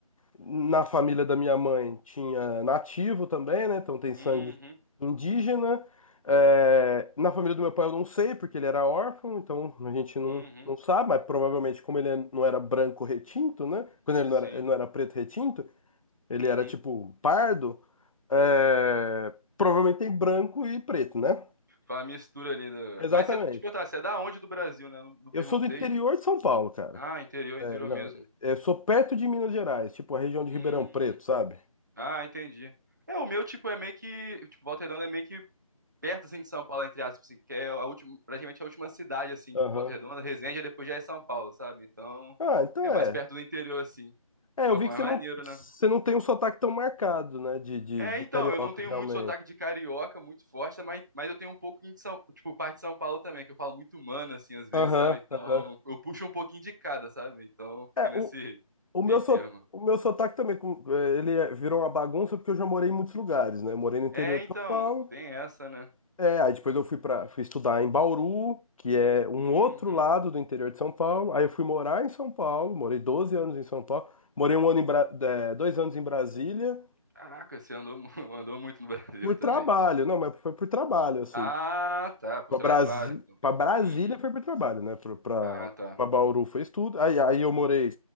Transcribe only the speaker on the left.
Na família da minha mãe tinha nativo também, né? Então tem sangue
indígena. É, na família do meu pai eu não sei, porque ele era órfão, então a gente não,
não sabe, mas provavelmente como ele não era branco retinto, né? Quando ele
não era, ele não era preto retinto, ele
era tipo pardo, é, provavelmente tem branco e preto, né?
Exatamente.
Eu
sou do interior de São Paulo, cara.
É, não,
eu sou perto de Minas Gerais, tipo a região de
Ribeirão Preto, sabe?
Aham.
Ah, então
é.
É,
eu vi
que você
não, você
não tem um sotaque tão marcado, né? De, de,
de
carioca,
realmente.
Aham,
aham.
É,
o, o meu,
so,
o meu sotaque também, com- é, ele é- virou uma bagunça porque eu já morei em muitos lugares, né? Eu morei no interior
de
São Paulo.
É, aí depois eu fui para fui estudar em Bauru, que é um
outro lado do interior de São Paulo. Aí eu fui morar em São Paulo, morei 12 anos em São Paulo. Morei um ano em Bra- é, dois anos em Brasília
por
trabalho. Não, mas foi por trabalho, assim.
Pra
Brasi...
pra Brasília
foi para trabalho, né? Pra, pra,
pra Bauru foi estudo. Aí, aí eu morei,